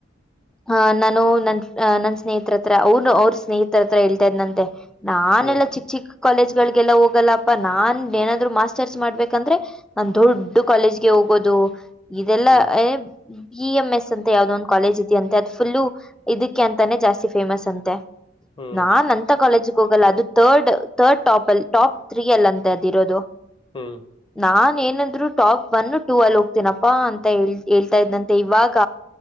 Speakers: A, in the centre; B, on the left.
A: ಹ -ನಾನು ನನ್ -ಅ ನನ್ ಸ್ನೇಹಿತರ ಹತ್ರ ಅವ್ನು ಅವ್ರ ಸ್ನೇಹಿತರ ಹತ್ರ ಹೇಳ್ತಾ ಇದ್ನಂತೆ. ನಾನೆಲ್ಲಾ
B: ಹ್ಮ್
A: ಚಿಕ್ಕ ಚಿಕ್ಕ ಕಾಲೇಜ್. ಗೆಲ್ಲ ಹೋಗಲ್ಲಪ್ಪಾ ನಾನ್ ಏನಾದ್ರು ಮಾಸ್ಟರ್ಸ್ ಮಾಡ್ಬೇಕಂದ್ರೆ ನಾನ್ ದೊಡ್ ಕಾಲೇಜ್ಗೆ ಹೋಗೋದು. ಇದೆಲ್ಲಾ
B: ಹ್ಮ್
A: ಬಿ ಎಂ ಎಸ್ ಅಂತ ಯಾವ್ದೋ ಒಂದು ಕಾಲೇಜ್. ಅಂತೆ ಅದ ಫುಲ್ಲು ಇದಕ್ಕೆ ಅಂತಾನೆ ಜಾಸ್ತಿ ಫೇಮಸ್ ಅಂತೆ
B: ಹ್ಮ್
A: ನಾನ್ ಅಂತ ಕಾಲೇಜ್ ಹೋಗಲ್ಲ ಅದು ತರ್ಡ್ ತರ್ಡ್ ಟಾಪ್ ಅಲ್ಲಿ ಟಾಪ್ ತ್ರೀ ಅಲ್ಲಿ ಅಂತ ಅದಿರೋದು.
B: ಹ್ಮ್
A: ನಾನ್ ಏನಂದ್ರು ಟಾಪ್ ಒನ್ ಟೂ ಅಲ್ಲಿ ಹೋಗ್ತೀನಪ್ಪಾ ಅಂತ ಹ ಹೇಳ್ತಾ ಇದನಂತೆ ಇವಾಗ.